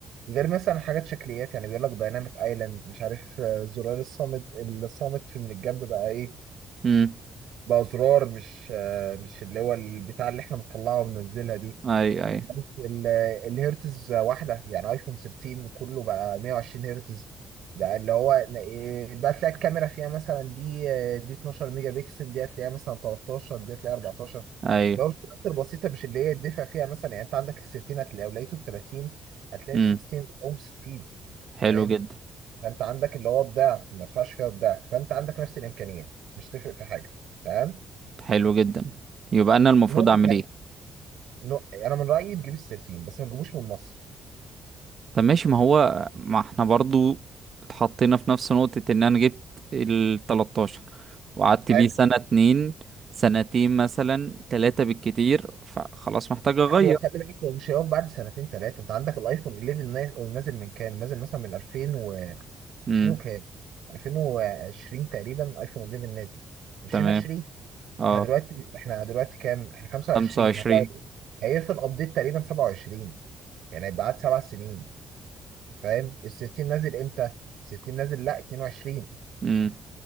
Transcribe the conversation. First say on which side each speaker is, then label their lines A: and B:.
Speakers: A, on the right; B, on the right.
A: غير مثلا حاجات شكليات يعني بيقول لك دايناميك ايلاند مش عارف آه، زرار الصامت الصامت في من الجنب بقى ايه
B: امم
A: بأزرار مش آه، مش اللي هو البتاع اللي احنا بنطلعها وبننزلها دي
B: ايوه ايوه
A: كانت ال- الهرتز واحدة يعني ايفون 13 كله بقى 120 هرتز بقى اللي هو إيه، بقى تلاقي الكاميرا فيها مثلا دي آه، دي 12 ميجا بكسل دي هتلاقيها مثلا 13 دي هتلاقيها 14
B: ايوه
A: لو الفئات البسيطة مش اللي هي يدفع فيها مثلا يعني انت عندك ال 13 هتلاقي لو لقيته ب 30 هتلاقي
B: امم
A: ال 16 بتقوم 60
B: حلو
A: فاهم
B: جدا
A: فانت عندك اللي هو الضعف ما تدفعش فيها الضعف فانت عندك نفس الإمكانية مش تفرق في حاجة تمام
B: حلو جدا يبقى انا المفروض
A: نقطة
B: اعمل
A: يعني
B: ايه
A: نق- أنا من رأيي تجيب ال 13 بس ما تجيبوش من مصر
B: طب ماشي ما هو ما احنا برضو اتحطينا في نفس نقطة ان انا جبت ال 13 وقعدت
A: حلو
B: بيه سنة اتنين سنتين مثلا تلاتة بالكتير فخلاص محتاج اغير
A: لا هو خلي بالك هو مش هيقف بعد سنتين ثلاثة أنت عندك الأيفون 11 ناز- نازل من كام؟ نازل مثلا من 2000 و 2000
B: امم
A: وكام؟ 2020 تقريبا أيفون 11 نازل 2020
B: تمام اه
A: احنا دلوقتي احنا دلوقتي كام؟ احنا 25
B: 25
A: هو هي- هيقفل أبديت تقريبا 27 يعني هيبقى قعد سبع سنين فاهم؟ ال 16 نازل إمتى؟ ال 16 نازل لا 22
B: امم